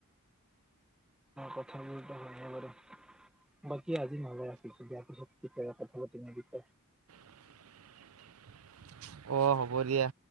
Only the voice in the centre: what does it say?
কথাবোৰতো হয়নে বাৰু বাকী আজি নালে ৰাখিছো দিয়াৰ পিছত কি ক কথা পাতিম বিষয়